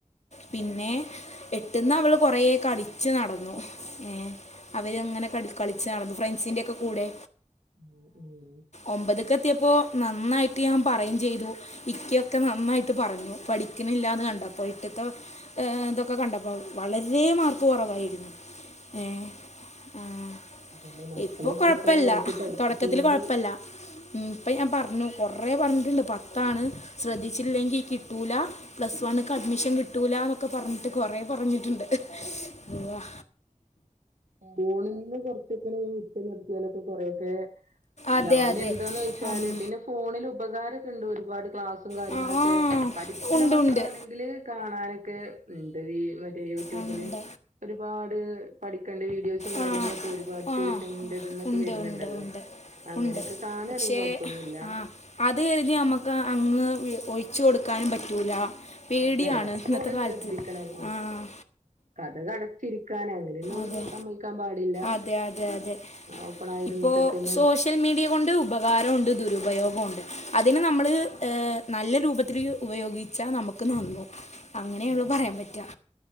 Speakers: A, on the left; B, on the right.
A: പിന്നെ എട്ടന്ന് അവള് കൊറെ കളിച്ചു നടന്നു ഏ അവരങ്ങനെ കള കളിച്ച് നടന്ന ഫ്രണ്ട്സിന്റെക്കെ കൂടെ
B: ഉം ഉം
A: ഒമ്പത് ഒക്ക എത്തിയപ്പോൾ നന്നായിട്ട് ഞാൻ പറയുകയും ചെയ്തു ഇക്കൊക്കെ നന്നായിട്ട് പറഞ്ഞു പഠിക്കുണില്ലാന്ന് കണ്ടപ്പോ ഇത്തത്ത ഇതൊക്കെ കണ്ടപ്പോൾ വളരെ മാർക്ക് കുറവായിരുന്നു ഏ ആഹ്
B: അതന്നെ മക്കള്
A: ഇപ്പൊ
B: ഇപ്പത്തെ
A: കൊഴപ്പല്ല
B: കാലത്ത് പഠിച്ചിട്ടില്ലെങ്കി
A: തുടക്കത്തില് കൊ ഴപ്പല്ല ഇപ്പം ഞാൻ പറഞ്ഞു കുറേ പറഞ്ഞിട്ടുണ്ട് പത്താണ് ശ്രദ്ധിച്ചില്ലെങ്കിൽ കിട്ടൂല പ്ലസ് വണ്ണക്ക് അഡ്മിഷൻ കിട്ടൂലന്നൊക്കെ പറഞ്ഞിട്ട് കൊറെ പറഞ്ഞിട്ടുണ്ട് വാ
B: കൊളിൽ നിന്ന് കുറച്ചൊക്കെ ഉച്ച നിർത്തിയാലൊക്കെ കൊറെൊക്കെ
A: അതെ
B: ഇണ്ടവും അയ്ന്
A: അതെ
B: എന്താന്ന് ചോയ്ച്ചാല്
A: ഉം,
B: പിന്നെ ഫോണിൽ ഉപകാരൊക്കെ ഉണ്ടോ ഒരുപാട് ക്ലാസ് കാര്യങ്ങളൊക്കെ
A: ആ ആ,
B: പഠിക്കുന്ന
A: ഉണ്ട്
B: മക്കളാണെങ്കിൽ
A: ഉണ്ട്
B: കാണാനൊക്കെ ഉണ്ട് ഈ മറ്റെ യു
A: ആഹ് ഇണ്ട
B: ഒരുപാട് പഠിക്കേണ്ട വീഡിയോസും കാര്യങ്ങളുംക്കെ
A: ആ
B: ഒരുപാട്
A: ആ
B: ട്യൂഷന്റെതന്നൊക്കെ
A: ഉണ്ട്
B: വരുന്നുണ്ടല്ലോ
A: ഉണ്ട് ഉണ്ട്
B: അങ്ങനെയൊക്കെ
A: ഉണ്ട്
B: കാണുണെ
A: പക്ഷേ
B: കൊഴപ്പൊന്നുമില്ല
A: ആ അത് കരുതി നമ്മുക്ക് അങ്ങ് ഒഴിച്ചു കൊടുക്കാനും പറ്റൂല പേടിയാണ്
B: ആല്ല ഇടക്ക്
A: ഇന്നത്തെ
B: ഓലെ
A: കാലത്ത്
B: ശ്രദ്ധിക്കണം
A: ആ
B: കതകട ചിരിക്കാന് അങ്ങനെയൊന്നും
A: അതെ
B: സമ്മക്കാൻ പാടില്ല
A: അതെ അതെ അതെ
B: ഓപ്പൺ ആയിരുന്നിട്ടൊക്കെന്ന്
A: ഇപ്പോൾ സോഷ്യൽ മീഡിയ കൊണ്ട് ഉപകാരമുണ്ട് ദുരുപയോഗ ഉണ്ട് അതിന് നമ്മൾ നല്ല രൂപത്തിൽ ഉപയോഗിച്ചാൽ നമുക്ക് നന്നു അങ്ങനെയുള്ള
B: അതെ
A: പറയാൻ പറ്റുക